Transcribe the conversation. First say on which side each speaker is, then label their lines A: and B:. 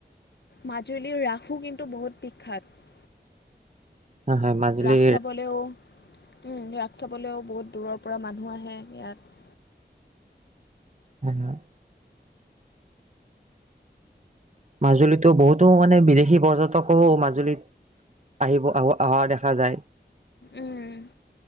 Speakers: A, on the left; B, on the right.
A: মাজুলীৰ ৰাসো কিন্তু বহুত বিখ্যাত
B: হয় হয় মাজুলী
A: ৰাস চাবলৈও, উম' চাবলৈও বহুত দূৰৰ পৰা মানুহ আহে ইয়াত।
B: উম হোম মাজুলীতো বহুতো মানে বিদেশী পৰ্যটকো মাজুলীত আহিব অ অহা দেখা যায়।
A: উম',